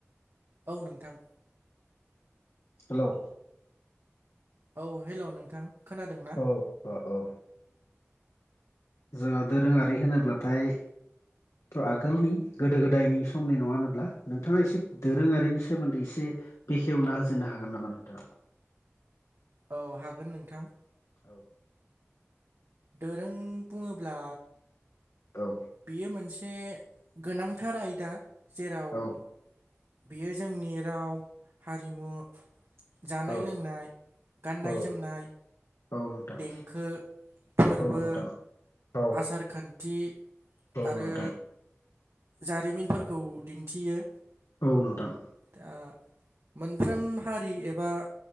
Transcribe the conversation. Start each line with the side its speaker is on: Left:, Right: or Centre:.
Right: औ नोंथां।
Left: हेलौ
Right: औ हेल' नोंथां खोनादों।
Left: औ औ जोंहा दोरोङारि होनोब्लाथाय आगोलनि गोदो गोदायनि समनि नङा होनोब्ला नोंथाङा एसे दोरोङारिनि सोमोन्दै एसे बेखेवना होजेननो हागोन नामा नोंथाङा?
Right: औ हागोन नोंथां।
Left: औ
Right: दोरों बुङोब्ला
Left: औ
Right: बियो मोनसे गोनांथार आयदा जेराव
Left: औ
Right: बेयो जोंनि राव हारिमु जानाय
Left: औ
Right: लोंनाय, गाननाय
Left: औ
Right: जोमनाय
Left: औ नोंथां
Right: देंखो, फोरबो
Left: औ नोंथां औ
Right: आसार खान्थि
Left: औ
Right: आरो
Left: नोंथां
Right: जारिमिनफोरखौ दिन्थियो।
Left: औ नोंथां।
Right: दा मोनफ्रोम हारि एबा